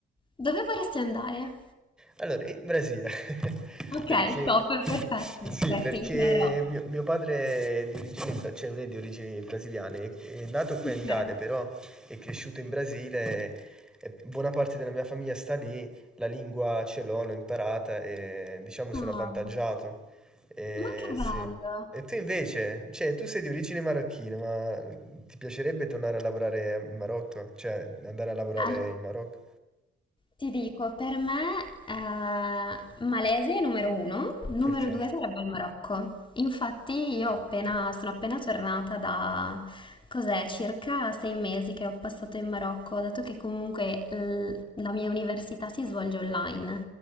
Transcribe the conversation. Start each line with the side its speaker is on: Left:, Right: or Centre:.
Left: Dove vorresti andare?
Centre: Allora, il Brasile, <laughs>
Left: Ok,
Centre: perché,
Left: top, perfetto.
Centre: sì,
Left: Beh,
Centre: perché
Left: ti chiederò.
Centre: mio, mio padre è di origini, bra- cioè non è di origini brasiliane, è, è nato qui
Left: Ok.
Centre: in Italia, però è cresciuto in Brasile, e buona parte della mia famiglia sta lì, la lingua ce l'ho, l'ho imparata e diciamo sono avvantaggiato.
Left: Ah,
Centre: E,
Left: ma che bello.
Centre: sì. E tu invece, cioè tu sei di origine marocchina, ma ti piacerebbe tornare a lavorare in Marocco? Cioè andare a lavorare
Left: Al-
Centre: in Marocco?
Left: Ti dico, per me eh, Malesia è numero uno, numero
Centre: Ok.
Left: due sarebbe il Marocco. Infatti io appena- sono appena tornata da, cos'è, circa sei mesi che ho passato in Marocco, dato che comunque l- la mia università si svolge online